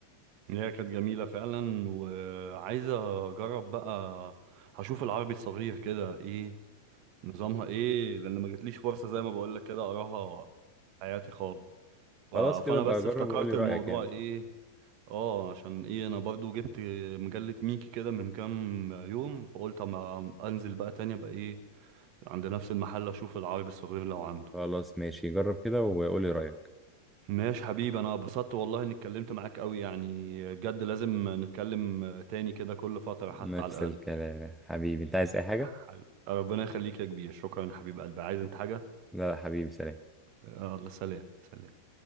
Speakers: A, on the right; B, in the centre.
A: هي كانت جميلة فعلا وعايزة اجرب بقى هشوف العربي الصغير كده ايه نظامها ايه لان ما جاتليش فرصة زي ما بقولك كده اقراها حياتي خالص ف-
B: خلاص
A: فانا
B: كده بقى
A: بس
B: جرب
A: افتكرت
B: وقولي رأيك
A: الموضوع
B: يعني
A: ايه اه عشان ايه انا برضو جبت مجلة ميكي كده من كام يوم فقلت اما انزل بقى تاني ابقى ايه عند نفس المحل اشوف العربي الصغير لو عنده
B: خلاص ماشي جرب كده وقولي رأيك
A: ماشي حبيبي انا اتبسطت والله اني اتكلمت معاك قوي يعني بجد لازم نتكلم تاني كده كل فترة حتى
B: نفس
A: على الاقل
B: الكلام يا حبيبي انت عايز اي حاجة؟
A: حبيبي- ربنا يخليك يا كبير شكرا يا حبيب قلبي عايز انت حاجة
B: لا لا، حبيبي سلام
A: يلا سلام سلام